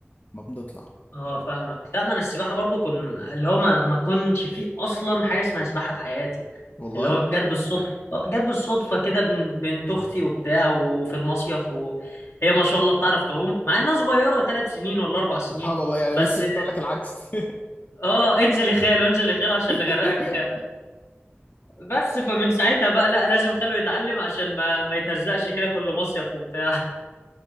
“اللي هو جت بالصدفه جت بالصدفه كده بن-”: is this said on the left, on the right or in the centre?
Left